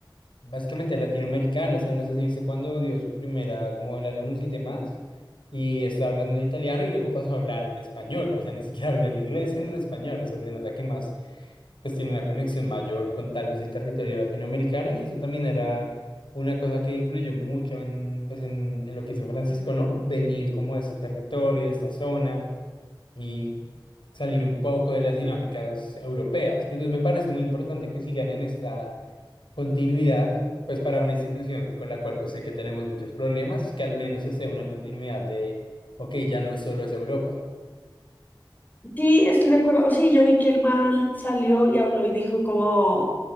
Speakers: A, on the left; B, on the left.
A: básicamente latinoamericano, o sea, no sé si viste cuando dio su primera, como el anuncio y demás, y estaba hablando en italiano y luego pasó a hablar en español, o sea, ni siquiera habló en inglés, sino en español, o sea, se nota que más pues tiene una conexión mayor con tal vez el territorio latinoamericano y eso también era una cosa que influyó mucho en, pues en, en lo que hizo Francisco, ¿no? Venir como de ese territorio, de esta zona y salir un poco de las dinámicas europeas, que entonces me parece muy importante que sigan en esta continuidad, pues para una institución con la cual pues sé que tenemos muchos problemas, que al menos esté una continuidad de, ok, ya no solo es Europa.
B: Sí, estoy de acuerdo. Sí, yo vi que el man salió y habló y dijo como,